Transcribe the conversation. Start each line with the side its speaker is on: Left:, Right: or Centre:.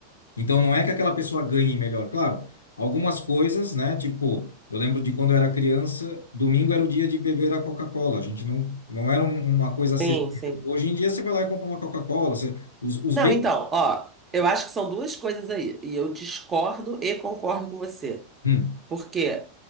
Left: Então não é que aquela pessoa ganhe melhor, claro. Algumas coisas, né? Tipo, eu lembro de quando eu era criança, domingo era o dia de beber a Coca-Cola. A gente não, não era um- uma coisa acessível.
Right: Sim, sim.
Left: Hoje em dia você vai lá e compra uma Coca-Cola, você- os, os
Right: Não,
Left: bens,
Right: então, ó, eu acho que são duas coisas aí, e eu discordo e concordo com você.
Left: Hum.
Right: Porque